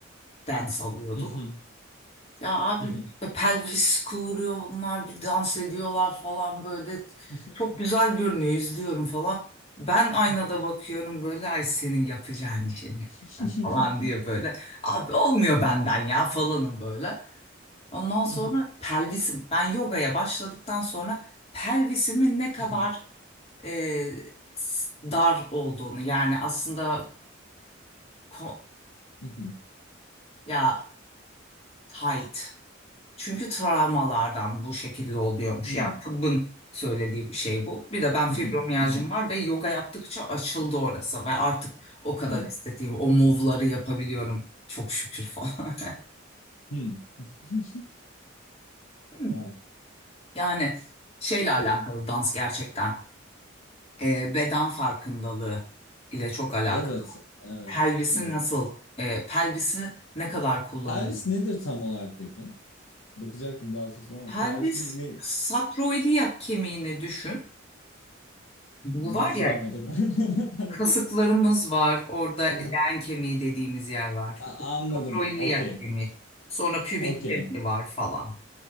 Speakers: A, on the left; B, on the left.
A: dance alıyorduk?
B: Mhm,
A: Ya abi
B: mhm.
A: e, pelvis kıvırıyor onlar bir dans ediyorlar falan böyle
B: <laughs>
A: çok güzel görünüyor izliyorum falan. Ben aynada
B: Mhm.
A: bakıyorum böyle ay senin yapacağın işini
B: <laughs>
A: <laughs> falan diye böyle. Abi olmuyor benden ya falanım böyle. Ondan sonra
B: Aha,
A: pelvisim ben yogaya başladıktan sonra pelvisimin ne kadar
B: mhm,
A: e, s- dar olduğunu yani aslında ko-
B: mhm.
A: ya tight Çünkü travmalardan bu şekilde oluyormuş.
B: Hmm,
A: Yani tıbbın söylediği bir şey bu. Bir de ben
B: mhm,
A: fibromiyajım
B: mhm,
A: var ve yoga yaptıkça açıldı orası ve artık o kadar
B: hmm,
A: estetiğim, o move'ları yapabiliyorum. Çok şükür falan.
B: hmm. <laughs>
A: <laughs>
B: Aa,
A: Yani şeyle alakalı
B: mhm.
A: dans gerçekten e, beden farkındalığı ile çok alakalı.
B: Evet, evet,
A: Pelvisi
B: evet.
A: nasıl, e, pelvisi ne kadar kullanılıyor?
B: Pervis nedir tam olarak peki? Bakacaktım daha sonra ama
A: Pelvis
B: Pervis'in ne?
A: sakroiliyak kemiğini düşün. Bu
B: <laughs>
A: var
B: Düşünemedim.
A: ya
B: <laughs> Hayır.
A: Kasıklarımız var. Orada
B: Aha.
A: leğen kemiği dediğimiz yer var.
B: Ha, Anladım.
A: Kadroiliyak
B: Okey.
A: kemiği. Sonra pübik
B: Okey.
A: kemiği var falan.